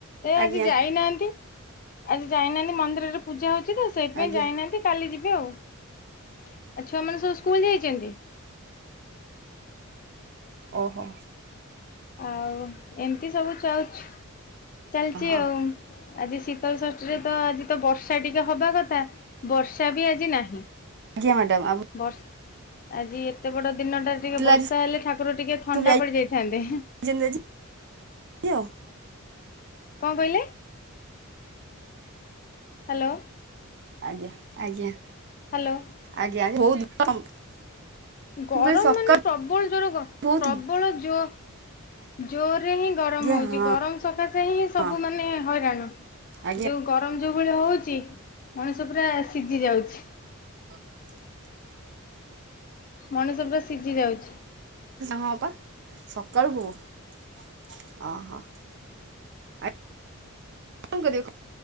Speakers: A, on the right; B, on the left.
A: ଆଜ୍ଞା
B: ଆଜି ଯାଇନାହାନ୍ତି। ଆଜି ଯାଇନାହାନ୍ତି ମନ୍ଦିରରେ ପୂଜା ହଉଛି ତ ସେଇଥିପାଇଁ
A: ଆଜ୍ଞା
B: ଯାଇନାହାନ୍ତି। କାଲି ଯିବେ ଆଉ ଆଉ ଛୁଆ ମାନେ ସବୁ ସ୍କୁଲ ଯାଇଛନ୍ତି?
A: ଓହୋ।
B: ଆଉ ଏମିତି ସବୁ ଚାଛ ଚାଲିଛି
A: ହଁ
B: ଆଉ। ଆଜି ଶୀତଳ ଷଷ୍ଠୀରେ ତ ଆଜି ତ ବର୍ଷା ଟିକେ ହବା କଥା ବର୍ଷା ବି ଆଜି ନାହିଁ।
A: ଆଜ୍ଞା ମ୍ୟାଡ଼ାମ।
B: ବର୍ଷ ଆଜି ଏତେ ବଡ ଦିନଟା
A: ଫିଟିଲା
B: ଟିକେ ବର୍ଷା
A: ଆଜି
B: ହେଲେ ଠାକୁର ଟିକେ ଥଣ୍ଡା
A: ସବୁ
B: ପଡିଯାଇଥାନ୍ତେ।
A: <unintelligible> ଆଉ।
B: କଁ କହିଲେ? ହ୍ୟାଲୋ।
A: ଆଜ୍ଞା ଆଜ୍ଞା।
B: ହ୍ୟାଲୋ।
A: ଆଜ୍ଞା <unintelligible>
B: ଗରମ
A: କହିଲି ସକାଳୁ
B: ମାନେ ପ୍ରବଳ ଜର କ
A: ବହୁତ
B: ପ୍ରବଳ ଯୋ ଜୋରରେ ହିଁ ଗରମ
A: ଆଜ୍ଞା
B: ହଉଛି
A: ହଁ
B: ଗରମ ସକାଶେ ହିଁ ସବୁ
A: ହଁ
B: ମାନେ ହଇରାଣ।
A: ଆଜ୍ଞା
B: ଏ ଯଉ ଗରମ ଯଉ ଭଳି ହଉଚି ମଣିଷ ପୁରା ସିଜି ଯାଉଚି।
A: <inaudible>
B: ମଣିଷ ପୁରା ସିଜି ଯାଉଚି।
A: ହଁ ପା ସକାଳୁ। <unintelligible> ଆ କଣ କରିବ